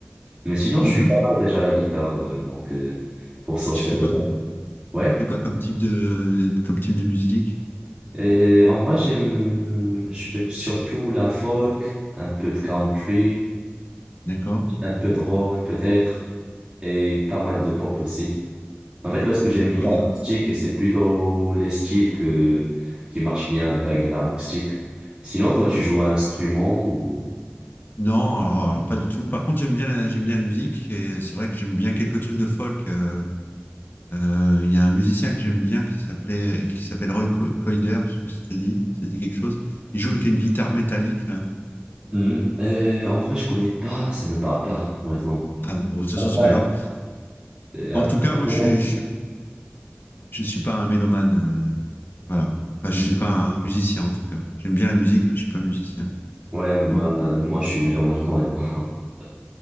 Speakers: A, on the right; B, on the left.
A: Mais sinon,
B: Mhm.
A: je suis pas mal déjà à la guitare. euh, donc, euh, pour sortir
B: Et tu fais
A: des
B: quoi?
A: notes. Ouais.
B: Tu fais quoi comme type de, comme type de musique?
A: Et en vrai, j'aime, je fais surtout la folk, un peu de country,
B: D'accord?
A: un peu de rock peut-être, et pas mal de pop aussi. En fait, parce que j'ai
B: D'accord.
A: une guitare
B: Et-
A: acoustique et c'est plutôt les styles que, qui marchent bien avec la guitare acoustique. Sinon, toi, tu joues à un instrument ou...
B: Non, alors, alors, pas du tout. Par contre, j'aime bien la, j'aime bien la musique et c'est vrai que j'aime bien quelques trucs de folk. euh, euh, Il y a un musicien que j'aime bien qui s'appelait, qui s'appelle Roy Co- Coider. Je sais pas si ça te dit, ça te dit quelque chose. Il joue avec une guitare métallique là.
A: Hmm, euh, en vrai, je connais pas, ça me parle pas, honnêtement.
B: Ah bon, de toute façon,
A: Après,
B: c'est pas grave.
A: euh,
B: En
A: après,
B: tout cas,
A: c'est
B: moi,
A: pas
B: je
A: compliqué.
B: suis, je suis Je suis pas un mélomane, euh, voilà. Enfin, je
A: Mhm.
B: suis pas un musicien en tout cas. J'aime bien la musique, mais je suis pas musicien.
A: Ouais, moi,
B: À mon,
A: euh, moi, je suis mélomane, honnêtement. <laughs>